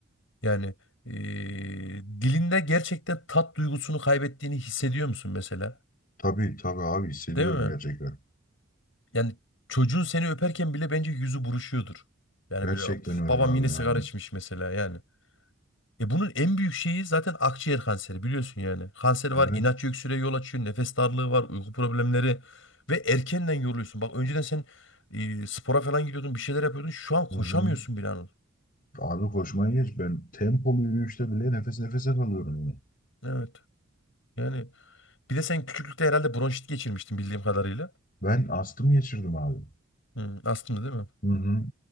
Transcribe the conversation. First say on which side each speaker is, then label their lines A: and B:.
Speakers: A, on the left (about 70°); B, on the left (about 45°).
A: Yani eee, dilinde gerçekten tat duygusunu kaybettiğini hissediyor musun mesela?
B: Tabii tabii abi hissediyorum
A: Değil mi?
B: gerçekten.
A: Yani çocuğun seni öperken bile bence yüzü buruşuyordur. Yani
B: Gerçekten
A: böyle "Of,
B: öyle
A: babam
B: abi
A: yine sigara
B: yani.
A: içmiş mesela yani. E bunun en büyük şeyi zaten akciğer kanseri biliyorsun yani. Kanser var,
B: Evet.
A: inatçı öksürüğe yol açıyor, nefes darlığı var, uyku problemleri ve erkenden yoruluyorsun. Bak önceden sen e, spora falan gidiyordun, bir şeyler yapıyordun. Şu an koşamıyorsun
B: Hı hı.
A: bile Anıl.
B: Abi koşmayı geç. Ben tempolu yürüyüşte bile nefes nefese kalıyorum. yani.
A: Evet. Yani bir de sen küçüklükte herhalde bronşit geçirmiştin bildiğim kadarıyla.
B: Ben astım geçirdim abi.
A: Hmm, astımdı değil mi?
B: Hı hı.